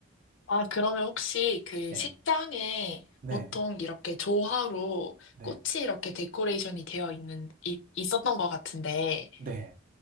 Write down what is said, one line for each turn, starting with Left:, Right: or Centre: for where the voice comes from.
Left: 아, 그러면 혹시 그
Right: 네.
Left: 식장에
Right: 네,
Left: 보통 이렇게 조화로
Right: 네.
Left: 꽃이 이렇게 데코레이션이 되어 있는, 이- 있었던 것 같은데,
Right: 네.